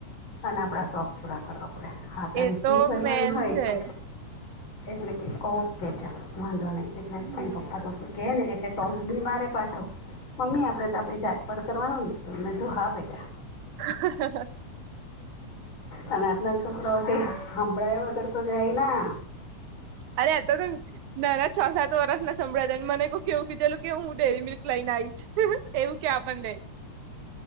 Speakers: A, on the left; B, on the right.
A: અને આપડા શોખ પૂરા કરવા પડે હા તારી
B: એ
A: ફી
B: તો
A: ભરવાની
B: મેન
A: હોય
B: છે
A: તો એટલે કે ઓકે ચાલ વાંધો નહી એટલે
B: હમ
A: પપ્પા ત કે ને એલે ટોસ બી મારે પાછો મમ્મી આપણે તો આપણી જાત પાર કરવાનું ન હતું મેને તો હા બેટા.
B: હ.
A: અને આજના છોકરાઓ ક સાંભળ વગર તો જાય ના
B: અરે એતો ત ના ના છ સાત વર્ષ ના સંભળેને મને કેવું કીધેલું કે હું ડેરી મિલ્ક લઈને આવીશ એવું કે આપ નહી